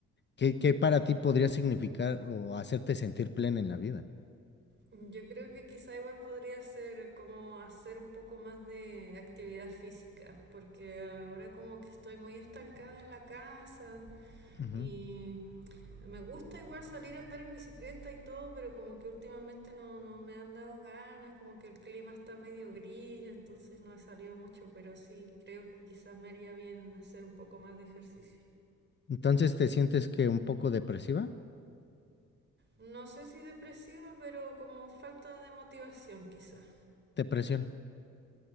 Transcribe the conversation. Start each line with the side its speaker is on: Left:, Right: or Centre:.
Left: qué, qué para ti podría significar o hacerte sentir plena en la vida?
Right: Yo creo que quizá igual podría ser como hacer un poco más de actividad física, porque ahora como que estoy muy estancada en la casa
Left: Ujú.
Right: y Me gusta igual salir a andar en bicicleta y todo, pero como que últimamente no, no me han dado ganas, como que el clima está medio gris, entonces no he salido mucho, pero sí creo que quizás me haría bien hacer un poco más de ejercicio.
Left: Entonces, ¿te sientes que un poco depresiva?
Right: No sé si depresiva, pero como falta de motivación quizás.
Left: Depresión.